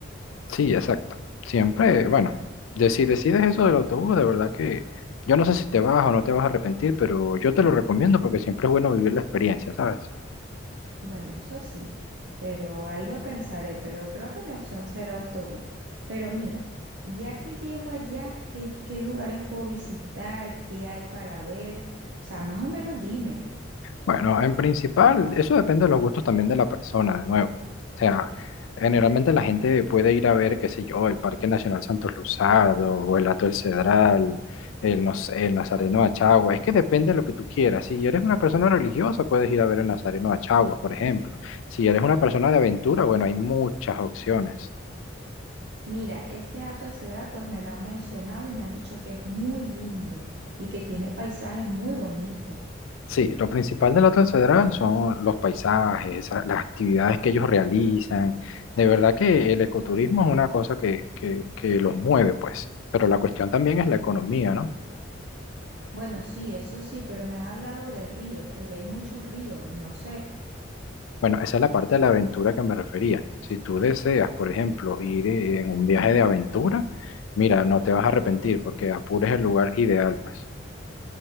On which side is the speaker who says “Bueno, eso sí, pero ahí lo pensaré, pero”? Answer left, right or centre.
Right